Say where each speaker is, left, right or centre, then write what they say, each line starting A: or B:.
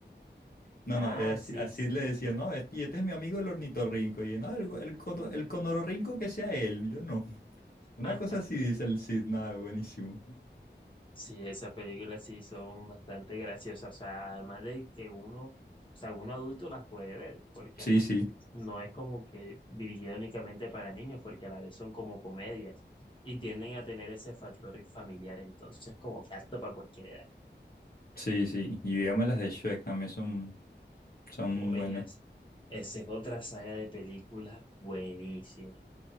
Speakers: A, on the left; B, on the left.
A: No,
B: Ah,
A: no, eh, así,
B: sí.
A: así
B: s-
A: le decía, no, este, y este es mi amigo el ornitorrinco. Y no, el, go- el, cono- el conororrinco que sea él, yo no. Una
B: <laughs>
A: cosa así dice el Cid, nada, buenísimo.
B: Sí, esas películas sí son bastante graciosas. O sea, además de que uno, o sea, uno adulto las puede ver, porque
A: Sí,
B: ajá,
A: sí,
B: no es como que dirigida únicamente para niños, porque a la vez son como comedias y tienden a tener ese factor familiar, entonces como que apto para cualquier edad.
A: sí, sí. Y dígame las de Shrek también son, son
B: Oye,
A: buenas.
B: es- esa es otra saga de películas buenísima.